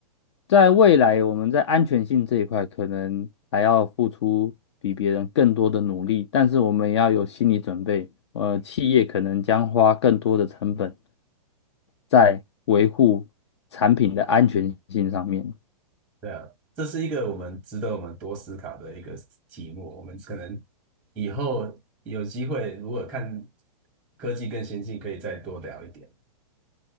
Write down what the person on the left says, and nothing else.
在未来我们在安全性这一块可能还要付出比别人更多的努力，但是我们也要有心理准备，呃，企业可能将花更多的成本在维护产品的安全性上面。